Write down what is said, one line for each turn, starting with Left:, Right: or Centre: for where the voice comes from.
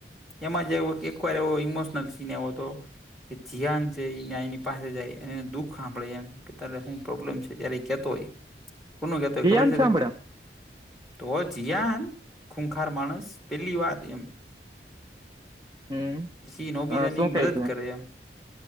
Centre: એમાં જે એકવાર એવો ઈમોશનલ સીન આવો હતો. કે જીિયાન છે એ એની પાસે જાય અને દુઃખ સાંભળે એમ કે ત શું પ્રોબ્લેમ છે, ત્યારે કેતો હોય કોનો કેતો હોય ખબર
Right: યાન
Centre: છે,
Right: સાંભળે
Centre: તમને? તો જીયાન ખૂખાર માણસ પેલી વાર એમ.
Right: હમ
Centre: પછી નોબીતાની
Right: શું
Centre: મદદ
Right: કઈ છે
Centre: કરે એમ.